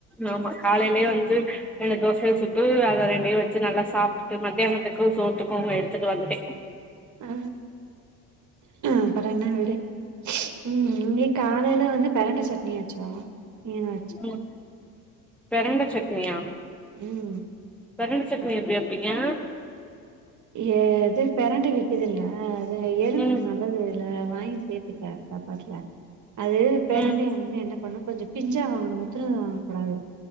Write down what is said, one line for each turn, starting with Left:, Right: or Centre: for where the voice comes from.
Centre: ஆமா காலையிலே வந்து என்ன தோசைய சுட்டு அத ரெண்டையு வச்சு நல்லா சாப்டுட்டு மத்தியானோ விக்கு சோத்துக்கு எடுத்துட்டு வந்துட்டே
Right: ஆ அப்பறோ என்ன விடு ம் <unintelligible> காலைல வந்து பெரண்ட சட்னி அச்சோ நீ என்ன
Centre: ம் பெரண்ட சட்னியா
Right: ம்
Centre: பெரண்ட சட்னி எப்ப எப்பிங்கா
Right: ஏ து பெரண்ட விக்குதுல்ல இது எலும்புக்கு
Centre: ம்
Right: நல்லது இல்ல வாங்கி சேத்துக்க சப்பாட்ல அது பிரண்டையூ
Centre: ம்
Right: வந்து என்ன பண்ணு கொஞ்ச பிஞ்சா வாங்கணு முத்துனது வாங்கக்கூடாது